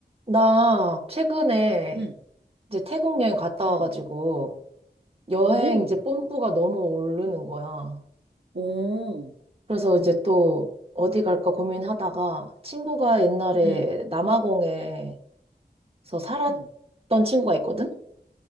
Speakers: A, on the right (about 35°); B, on the right (about 80°).
A: 나 최근에
B: 음,
A: 이제 태국 여행 갔다
B: 음.
A: 와가지고 여행
B: 오,
A: 이제 뽐뿌가 너무 오르는 거야.
B: 오,
A: 그래서 이제 또 어디 갈까 고민하다가 친구가 옛날에
B: 음,
A: 남아공에서 살았던
B: 음.
A: 친구가 있거든?